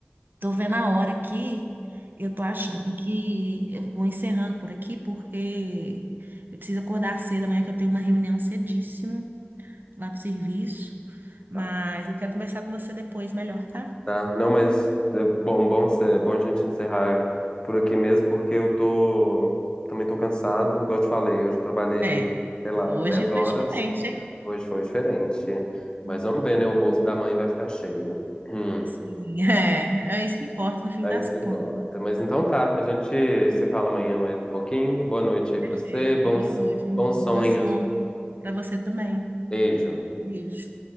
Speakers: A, on the right; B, on the left.
A: tô vendo a hora aqui, eu tô achando que eu vou encerrando por aqui, porque eu preciso acordar cedo amanhã, que eu tenho uma reunião cedíssimo. lá do serviço, mas
B: Tá,
A: eu quero conversar com você depois melhor, tá?
B: tá. Não, mas é bom, bom, ser- é bom a gente encerrar por aqui mesmo, porque eu tô, também tô cansado, igual eu te falei, hoje eu trabalhei,
A: É,
B: sei lá,
A: hoje
B: 10 horas,
A: foi diferente, hein?
B: hoje foi diferente.
A: Hum,
B: Mas vamos ver, né? O bolso da mãe vai ficar cheio. Hum,
A: Sim, <laughs> é, é isso que importa no fim
B: é
A: das
B: isso que importa.
A: contas.
B: Mas então tá, a gente se fala amanhã mais um pouquinho. Boa noite aí
A: Perfeito.
B: pra você, bons,
A: Boa noite, amor.
B: bons sonhos.
A: Bom sono. Para você também.
B: Beijo.
A: Beijo.